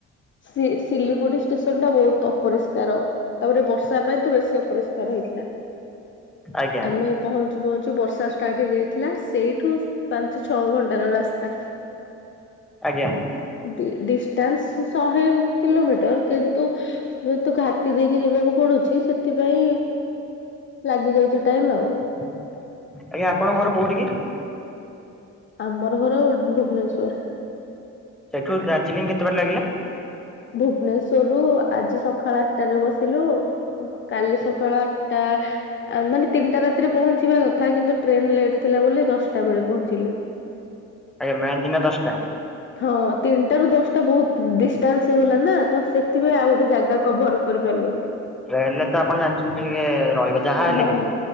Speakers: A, on the left; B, in the centre.
A: ସି ଶିଲିଗୁଡି ଷ୍ଟେସନ ଟା ବହୁତ ଅପରିଷ୍କାର। ତାପରେ ବର୍ଷା ପାଇଁ ତ ବେଶୀ ଅପରି <unintelligible> ହେଇଥିଲା।
B: ଆଜ୍ଞା
A: ଆମେ ପହଞ୍ଚୁ ପହଞ୍ଚୁ ବର୍ଷା ଷ୍ଟାର୍ଟ ହେଇଯାଇଥିଲା। ସେଇଠୁ ପାଞ୍ଚ ଛ ଘଣ୍ଟାର ରାସ୍ତା।
B: ଆଜ୍ଞା।
A: ଡ଼ି ଡିଷ୍ଟାନ୍ସ ଶହେ କିଲୋମିଟର। କିନ୍ତୁ ଯେହେତୁ ଘାଟି ଦେଇକି ଯିବାକୁ ପଡୁଚି, ସେଥିପାଇଁ ଲାଗିଯାଉଛି ଟାଇମ ଆଉ।
B: ଆଜ୍ଞା ଆପଣଙ୍କ ଘର କୋଉଠି କି?
A: ଆମର ଘର ଭୁବନେଶ୍ଵର।
B: ସେଠୁ ଦାର୍ଜିଲିଂ କେତେ ବାଟ ଲାଗିଲା?
A: ଭୁବନେଶ୍ଵରରୁୁ ଆଜି ସକାଳ ଆଠଟାରେ ବସିଲୁ କାଲି ସକାଳ ଆଠଟା ମାନେ ତିନିଟା ରାତିରେ ପହଞ୍ଚିବା କଥା କିନ୍ତୁ ଟ୍ରେନ ଲେଟ୍ ଥିଲା ବୋଲି ଦଶଟା ବେଳେ ପହଞ୍ଚିଲୁ।
B: ଆଜ୍ଞା ମାନେ ଦିନ ଦଶଟା।
A: ହଁ ତିନିଟା ରୁ ଦଶଟା ବହୁତ ଡିଷ୍ଟାନ୍ସ ହେଇଗଲା ନା। ତ ସେଥିପାଇଁ ଆଉ ଗୋଟେ ଜାଗା କଭର କରିପାରିଲୁନି।
B: ଟ୍ରେନ ରେ ତ ଆପଣ ଜାଣିଛନ୍ତି ଟିକେ ରହିବ ଯାହା ହେଲେ
A: ହଁ
B: ବି।